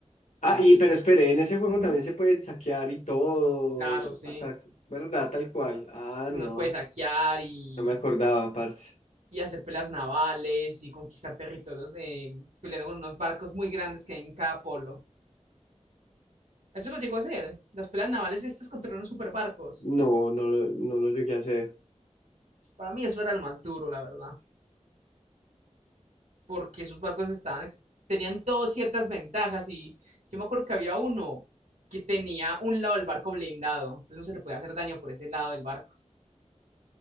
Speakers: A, on the left; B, on the right.
A: Ah,
B: y
A: y
B: pues
A: pero espere, en ese juego
B: ujú,
A: también se puede saquear y todo.
B: claro, sí,
A: ataques, ¿verdad? Tal cual. Ah,
B: si
A: no,
B: uno puede saquear y,
A: no me acordaba, parce.
B: y hacer peleas navales y conquistar territorios de, peleando con unos barcos muy grandes que hay en cada polo. Eso lo llegó a hacer, las peleas navales estas contra unos superbarcos.
A: No, no, lo- no lo llegué a hacer.
B: Para mí eso era lo más duro, la verdad. porque esos barcos estaban, ex- tenían todas ciertas ventajas y yo me acuerdo que había uno que tenía un lado del barco blindado, entonces no se le podía hacer daño por ese lado del barco.